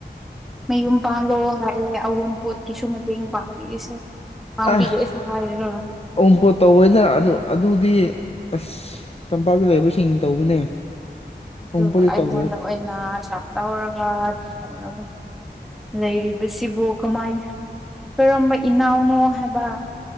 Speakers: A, in the centre; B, on the left.
A: ꯃꯌꯨꯝ ꯄꯥꯡꯜꯂꯣ ꯍꯥꯏꯌꯦ ꯑꯑꯣꯟꯄꯣꯠꯀꯤꯁꯨ ꯃꯇꯦꯡ ꯄꯥꯡꯕꯤꯏꯁꯦ ꯄꯥꯡꯕꯤꯔꯛꯑꯦꯁꯨ
B: ꯑ
A: ꯍꯥꯏꯔꯒ
B: ꯑꯣꯝꯄꯣꯠ ꯇꯧꯋꯅ ꯑꯗꯨ ꯑꯗꯨꯗꯤ ꯑꯁ ꯇꯝꯄꯥꯛꯇ ꯂꯩꯕ ꯁꯤꯡꯁꯤꯅ ꯇꯧꯕꯅꯦ
A: ꯑꯗꯨꯒ
B: ꯑꯃꯨꯛꯄꯨꯗꯤ
A: ꯑꯩꯉꯣꯟꯗ
B: ꯇꯧꯔꯣꯏ
A: ꯑꯣꯏꯅ ꯗꯥꯛ ꯇꯧꯔꯒ ꯇꯧꯔꯒ ꯂꯩꯔꯤꯕꯁꯤꯕꯨ ꯀꯃꯥꯏꯅ ꯀꯔꯝꯕ ꯏꯅꯥꯎꯅꯣ ꯍꯥꯏꯕ